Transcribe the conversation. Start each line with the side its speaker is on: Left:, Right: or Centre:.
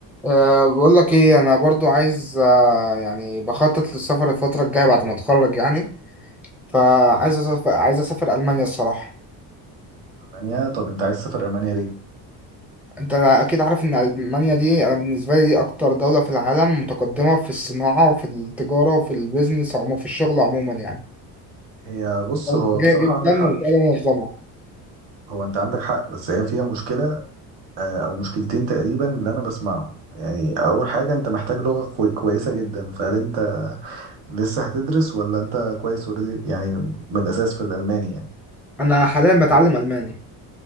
Centre: أه بقول لك ايه انا برضو عايز أه يعني بخطط للسفر الفتره الجايه بعد ما اتخرج يعني فعايز اسافر عايز اسافر المانيا الصراحه
Right: ألمانيا طب أنت عايز تسافر ألمانيا ليه؟
Centre: انت اكيد عارف ان المانيا دي انا بالنسبه لي دي اكتر دوله في العالم متقدمه في الصناعه وفي التجاره وفي البيزنس عموما في الشغل عموما يعني
Right: هي بص
Centre: بلد
Right: هو بصراحة
Centre: جايه جدا
Right: عندك حق
Centre: وبلد منظمه
Right: هو أنت عندك حق بس هي فيها مشكلة آه، أو مشكلتين تقريبا اللي أنا بسمعهم يعني أول حاجة أنت محتاج لغة كوي- كويسة جدا فهل أنت لسه هتدرس ولا أنت كويس أوريدي يعني من الأساس في الألماني يعني
Centre: انا حاليا بتعلم الماني